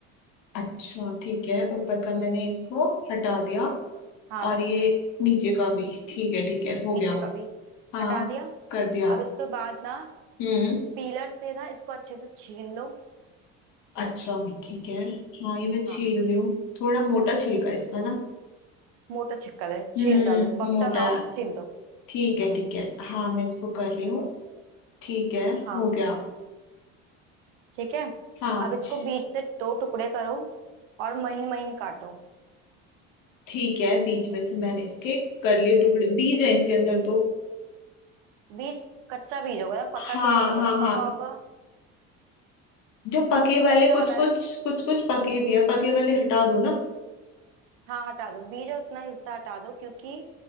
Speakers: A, on the left; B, on the right.
A: अच्छा ठीक है ऊपर का मैंने इसको हटा दिया
B: हाँ
A: और ये नीचे का भी ठीक है ठीक है हो
B: नीचे
A: गया
B: का भी
A: हाँ
B: हटा दिया
A: कर दिया
B: अब इसके बाद ना
A: हम्म
B: पीलर से ना इसको अच्छे से छील लो
A: अच्छा ठीक है हाँ ये मैं छील
B: हाँ
A: रही हूँ थोड़ा मोटा छिलका है इसका ना
B: मोटा छिक्कर है छील
A: हम्म
B: डालो बकता
A: मोटा
B: ना हो
A: है।
B: छील दो
A: ठीक है
B: हम्म
A: ठीक है हाँ मैं इसको कर रही हूँ ठीक है
B: हाँ
A: हो गया
B: ठीक है
A: हाँ
B: अब इसको
A: छ-
B: बीच से दो टुकड़े करो और महीन महीन काटो
A: ठीक है बीज में से मैंने इसके कर लिए टुकड़े बीज है इसके अंदर तो
B: बीज कच्चा बीज होगा ना पका
A: हाँ
B: तो नहीं होगा
A: हाँ
B: ना
A: हाँ
B: पका होगा
A: जो पके वाले
B: कच्चा
A: कुछ
B: वाला
A: कुछ
B: है ना
A: कुछ कुछ पके भी है पके वाले हटा दो ना
B: हाँ हटा दो बीज और उतना हिस्सा हटा दो क्योंकि